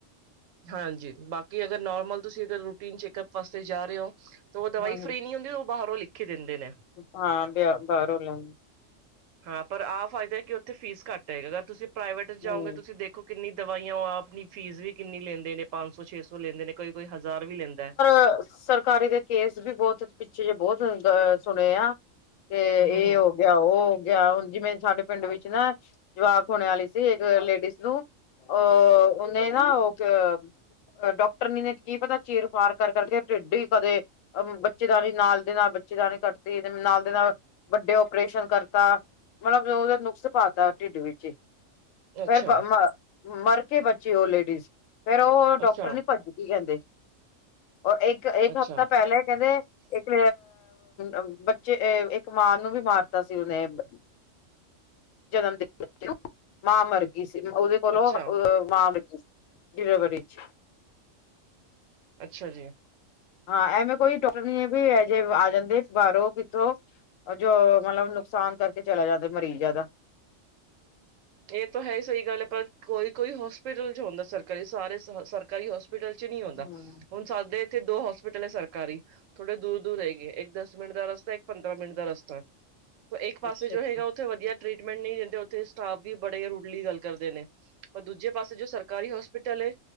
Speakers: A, on the right; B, on the left.
A: ਹਾਂਜੀ ਬਾਕੀ ਅਗਰ ਨੋਰਮਲ ਤੁਸੀਂ ਅਗਰ ਰੂਟੀਨ ਚੈੱਕਅਪ ਵਾਸਤੇ ਜਾ ਰਹੇ ਓ ਤੇ ਉਹ
B: ਹੂੰ
A: ਦਵਾਈ ਫ੍ਰਰੀ ਨੀਂ ਹੁੰਦੀ, ਉਹ ਬਾਹਰੋਂ ਲਿਖ ਕੇ ਦਿੰਦੇ ਨੇ
B: ਹਾਂ ਬਾਹਰੋਂ ਲੋ
A: ਹਾਂ ਪਰ ਆਹ ਫਾਇਦਾ ਕਿ ਉੱਥੇ ਫੀਸ ਘੱਟ ਹੈ, ਅਗਰ ਤੁਸੀਂ ਪ੍ਰਾਈਵੇਟ
B: ਹੂੰ
A: ਜਾਓਗੇ ਤੁਸੀਂ ਦੇਖੋ ਕਿੰਨੀ ਦਵਾਈਆਂ, ਉਹ ਆਪਨੀ ਫੀਸ ਵੀ ਕਿੰਨੀ ਲੈਂਦੇ ਨੇ, ਪੰਜ ਸੌ, ਛੇ ਸੌ ਲੈਂਦੇ ਨੇ ਕੋਈ- ਕੋਈ ਹਜ਼ਾਰ ਵੀ ਲੈਂਦਾ
B: ਅ ਸਰ ਕਾਰੀ ਦੇ ਕੇਸ ਵੀ ਬਹੁਤ, ਪਿੱਛੇ ਜਿਹੇ ਬਹੁਤ ਸੁਣੇ ਆ, ਤੇ
A: ਹਮ ਹਮ
B: ਇਹ
A: ਹਮ
B: ਉਹ ਗਿਆ ਉਹ ਗਿਆ, ਹੁਣ ਜਿਵੇਂ ਸਾਡੇ ਪਿੰਡ ਵਿੱਚ ਨਾ ਜਵਾਕ ਹੋਣੇ ਵਾਲੇ ਸੀ ਇੱਕ ਲੇਡੀਜ਼ ਨੂੰ ਉਹ ਉਹਨੇ ਨਾ ਓਧਰ- ਡੋਕਟਰਨੀ ਨੇ ਕੀ ਪਤਾ ਚੀਰ ਫਾੜ ਕਰ ਕਰਕੇ ਢਿੱਡ ਹੀ ਕਦੇ ਅ ਬੱਚੇਦਾਨੀ ਨਾਲ ਦੇ ਨਾਲ ਬੱਚੇਦਾਣੀ ਕੱਟਦੀ ਨਾਲ ਦੇ ਨਾਲ ਵੱਡੇ ਉਪਰੇਸ਼ਨ ਕਰਤਾ, ਮਤਲਬ ਉਹਦੇ ਨੁਕਸ ਪਾਤਾ ਢਿੱਡ ਵਿੱਚ ਫਿਰ
A: ਅੱਛਾ
B: ਵ ਮ ਮਰ ਕੇ ਬਚੀ ਉਹ ਲੇਡੀਜ਼ ਫਿਰ ਉਹ ਡੋਕ
A: ਅੱਛਾ
B: ਭੱਜ ਗਈ ਕਹਿੰਦੇ, ਉਹ ਇੱਕ ਇੱਕ
A: ਅੱਛਾ
B: ਹਫ਼ਤਾ ਪਹਿਲੇ ਕਹਿੰਦੇ ਇੱਕ ਅ, ਬੱਚੇ ਇੱਕ ਮਾਂ ਨੂੰ ਵੀ ਮਾਰਤਾ ਸੀ ਉਹਨੇ ਬ ਜਨਮ ਦਿਨ ਦੇ ਉਤਤਿਔਂ ਮਾਂ ਮਰਗੀ ਸੀ, ਉਹਦੇ ਕੋਲੋਂ,
A: ਅੱਛਾ
B: ਅ ਮਾਂ ਮਰ ਗਈ ਸੀ ਡਿਲੀਵਰੀ ਵਿੱਚ
A: ਅੱਛਾ ਜੀ
B: ਹਾਂ ਐਵੇਂ ਕੋਈ ਡੋਕਟਰਨੀ ਹੈ ਵੀ ਇਹ ਜੇ ਆ ਜਾਂਦੇ ਬਾਰੋਂ ਕਿੱਥੋਂ ਜੋ ਮਤਲਬ ਨੁਕਸਾਨ ਕਰਕੇ ਚਲਾ ਜਾਂਦਾ ਮਰੀਜ਼ਾਂ ਦਾ
A: ਇਹ ਤਾਂ ਹੈ ਹੀ ਸਹੀ ਗੱਲ ਹੈ, ਪਰ ਕੋਈ- ਕੋਈ ਹੋਸਪਿਟਲ 'ਚ ਹੁੰਦਾ ਸਰਕਾਰੀ ਸਾਰੇ ਸਰਕਾਰੀ ਹੋਸ ਹੋਸਪਿਟਲ 'ਚ ਨੀ ਹੁੰਦਾ,
B: ਹਮ
A: ਹੁਣ ਸਾਡੇ ਇੱਥੇ ਦੋ ਹੋਸਪਿਟਲ ਹੈ ਸਰਕਾਰੀ, ਥੋੜੇ ਦੂਰ -ਦੂਰ ਹੈਗੇ ਇੱਕ ਦਸ ਦਸ ਮਿੰਟ ਦਾ ਰਸਤਾ, ਇੱਕ ਪੰਦਰਾਂ ਮਿੰਟ ਦਾ ਰਸਤਾ, ਤੇ ਇੱਕ ਪਾਸੇ
B: ਅੱਛਾ
A: ਜੋ
B: ਹੂੰ।
A: ਹੈਗਾ ਉੱਥੇ ਵਧੀਆ ਟ੍ਰਰੀਟਮੈਂਟ ਨਹੀਂ ਦਿੰਦੇ, ਉਥੇ ਸਟਾਫ ਵੀ ਬੜੇ ਰੁੜਲੀ ਗੱਲ ਕਰਦੇ ਨੇ, ਪਰ ਦੂਜੇ ਪਾਸੇ ਜੋ ਸਰਕਾਰੀ ਹੋਸਪਿਟਲ ਹੈ,